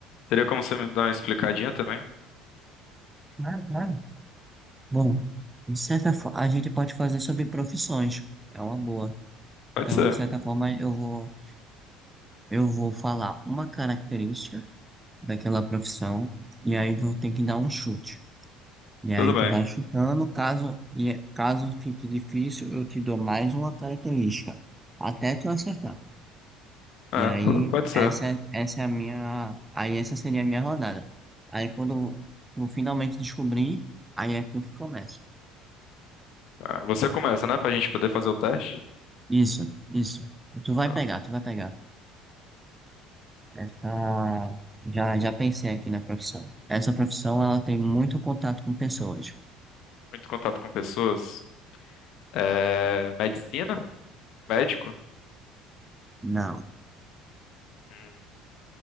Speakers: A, on the left; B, on the right.
A: teria como você me dar uma explicadinha também?
B: Claro, claro. Bom, de certa forma, a gente pode fazer sobre profissões. É uma boa.
A: Pode
B: Então,
A: ser,
B: de certa forma, eu vou, eu vou falar uma característica daquela profissão e aí vou ter que dar um chute. E
A: tudo
B: aí
A: bem.
B: tu vai chutando, caso, e caso fique difícil, eu te dou mais uma característica, até tu acertar.
A: É,
B: E aí,
A: p- pode ser.
B: essa, é- essa é a minha, aí essa seria a minha rodada. Aí quando tu finalmente descobrir, aí é tu que começa.
A: Ah, você começa, né, pra gente poder fazer o teste?
B: Isso, isso. Tu vai
A: Tá.
B: pegar, tu vai pegar. Essa, já, já pensei aqui na profissão. Essa profissão, ela tem muito contato com pessoas.
A: Muito contato com pessoas. É, medicina? Médico?
B: Não.
A: Hum.